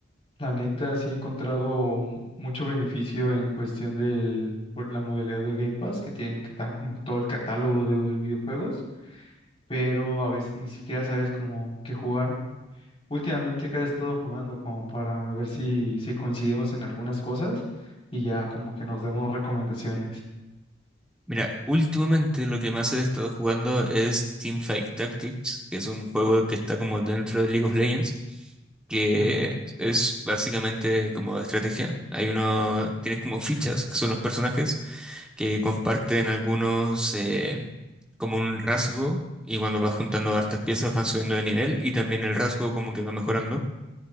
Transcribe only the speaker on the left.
la neta sí he encontrado un- mucho beneficio en cuestión del, por la modalidad del Game Pass, que tienen que dan como todo el catálogo de videojuegos, pero a veces ni siquiera sabes como qué jugar. Últimamente casi he estado jugando como para ver si, si coincidimos en algunas cosas y ya como que nos demos recomendaciones.
Ujú.